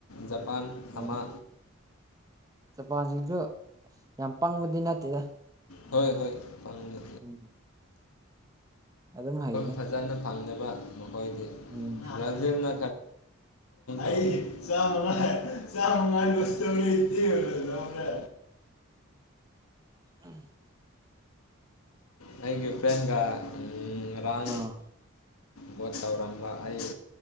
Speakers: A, on the left (about 85°); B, on the right (about 15°).
A: ꯖꯄꯥꯟ ꯍꯥꯃꯥ
B: ꯑꯣ ꯖꯄꯥꯟꯁꯤꯡꯁꯨ ꯌꯥꯝ ꯄꯪꯕꯗꯤ ꯅꯠꯇꯦꯗ
A: ꯍꯣꯏ ꯍꯣꯏ ꯐꯪꯣ
B: ꯎꯝ ꯑꯗꯨꯝ ꯍꯩꯗ
A: ꯐꯖꯅ ꯐꯪ ꯕ ꯃꯈꯣꯏꯗꯤ
B: ꯎꯝ
A: ꯔꯔꯅꯥ ꯑꯩ ꯆ ꯆꯥꯃꯉ ꯂꯁ ꯇꯧꯔꯤ ꯏꯂꯔ
B: ꯑꯝ
A: ꯊꯀꯤꯌꯨ ꯐꯦꯟ ꯀ ꯎ ꯔꯥꯡ
B: ꯑꯥ
A: ꯕꯣꯠ ꯇꯧꯔꯝꯕ ꯑꯩ